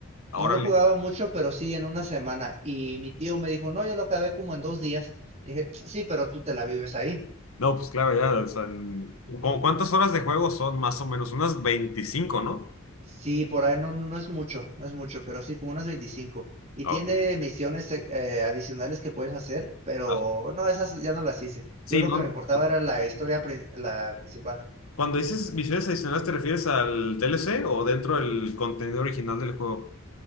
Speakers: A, on the left (about 80°); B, on the right (about 30°).
A: Ah,
B: No
A: Órale.
B: lo jugaba mucho, pero sí en una semana. Y mi tío me dijo, no, yo lo acabé como en dos días. Dije, sí, pero tú te la vives ahí.
A: No, pues claro, ya, o sea, en- ¿cómo ¿cuántas horas de juego son más o menos? Unas veinticinco ¿no?
B: Sí, por ahí no, no, no es mucho, no es mucho, pero sí, como unas veinticinco Y
A: Ah,
B: tiene
A: Ok.
B: misiones eh, adicionales que puedes hacer, pero
A: Ah,
B: no, esas ya no las hice.
A: Sí,
B: Yo lo
A: no.
B: que me importaba
A: no,
B: era la historia prin- la principal.
A: Cuando dices misiones adicionales, ¿te refieres al DLC o dentro del contenido original del juego?